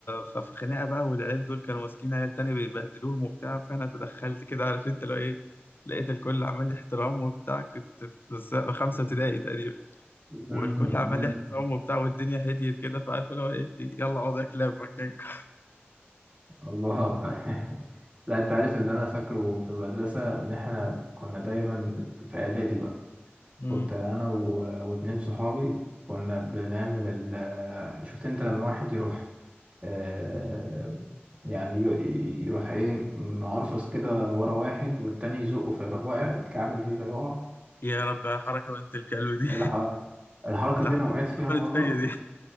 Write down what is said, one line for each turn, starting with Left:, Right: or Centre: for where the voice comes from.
Left: ففي خناقه بقى والعيال دول كانوا ماسكين عيال تانية بيبهدلوهم وبتاع فانا تدخلت كده عارف انت لو ايه لقيت الكل عمال لي احترام وبتاع كنت في س- خمسه ابتدائي تقريبا والكل
Right: أمم،
Left: عمال
Right: أمم.
Left: لي احترام وبتاع والدنيا هديت كده فعارف لو ايه يلا اقعد يا كلاب مكانكم
Right: الله <laughs> لا انت عارف اللي انا فاكره في المدرسة ان احنا كنا دايما في اعدادي بقى كنت
Left: امم
Right: انا و... واتنين صحابي كنا بنعمل ال... شفت انت لما واحد يروح آه، يعني يو- يروح ايه معرفص كده ورا واحد والتاني يزقه فيروح واقع يتكعبل فيه فيقع
Left: <laughs> يا رب يا حركه بنت الكلب دي
Right: الحركة الحركة
Left: <laughs> اتعملت
Right: دي أنا وقعت فيها
Left: اتعملت
Right: مرة
Left: فيا دي <laughs>